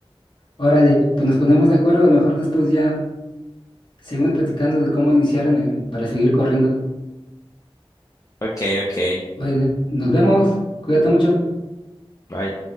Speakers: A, on the left; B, on the left.
A: órale, pues nos ponemos de acuerdo. A lo mejor después ya seguimos platicando de cómo iniciar en el- para seguir corriendo.
B: Ok, ok.
A: Oye, nos vemos. Cuídate mucho.
B: Bye.